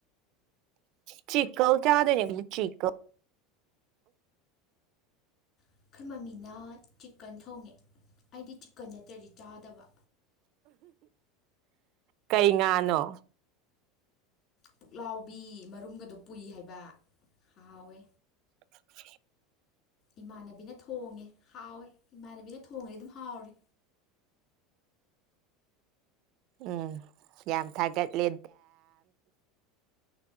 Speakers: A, on the right; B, on the left.
A: ꯆꯤꯀ ꯀꯌꯥꯗꯅꯤ ꯆꯤꯀ
B: ꯑꯩꯈꯣꯏ ꯃꯃꯤꯅ ꯆꯤꯀꯟ ꯊꯣꯡꯉꯦ ꯑꯩꯗꯤ ꯆꯤꯛꯀꯟ ꯅꯠꯇ꯭ꯔꯗꯤ ꯆꯥꯗꯕ
A: ꯀꯩ ꯉꯥꯅꯣ
B: ꯄꯨꯛꯂꯥꯎꯕꯤ ꯃꯔꯨꯝꯒꯗꯣ ꯄꯨꯏ ꯍꯥꯏꯕ ꯍꯥꯎꯋꯦ
A: <inaudible>
B: ꯏꯃꯥꯟꯅꯕꯤꯅ ꯊꯣꯡꯉꯦ ꯍꯥꯎꯋꯦ ꯏꯃꯥꯟꯅꯕꯤꯅ ꯊꯣꯡꯉꯗꯤ ꯑꯗꯨꯝ ꯍꯥꯎꯔꯦ
A: ꯎꯝ ꯌꯥꯝ ꯊꯥꯒꯠꯂꯦ